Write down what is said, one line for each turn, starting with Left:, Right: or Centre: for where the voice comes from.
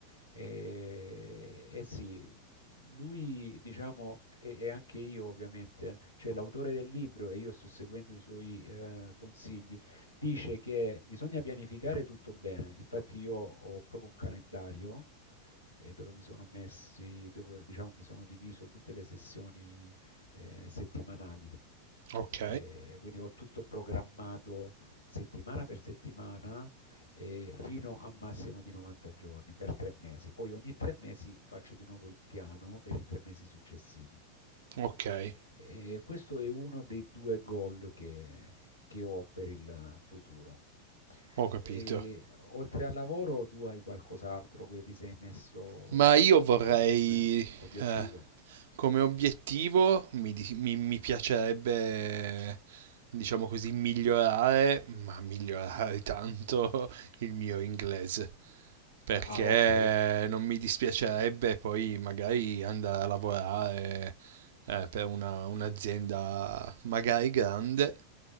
Left: E, e sì, lui, diciamo, e, e anche io ovviamente, cioè l'autore del libro, e io sto seguendo i suoi eh, consigli, dice che bisogna pianificare tutto bene. Infatti io ho proprio un calendario eh, dove mi sono messi, dove diciamo mi sono diviso tutte le sessioni eh, settimanali.
Right: Ok,
Left: E quindi ho tutto programmato settimana per settimana eh, fino a un massimo di 90 giorni per tre mesi. Poi ogni tre mesi faccio di nuovo il piano per i tre mesi successivi.
Right: ok,
Left: E questo è uno dei due goal che, che ho per il futuro.
Right: ho capito.
Left: E, oltre al lavoro, tu hai qualcos'altro che ti sei messo,
Right: Ma io vorrei,
Left: diciamo, come obiettivo?
Right: eh, come obiettivo, mi, di- mi- mi piacerebbe, diciamo così, migliorare, ma migliorare <laughs> tanto il mio inglese perché
Left: Ah, ok.
Right: non mi dispiacerebbe poi magari andare a lavorare eh, per una- un'azienda magari grande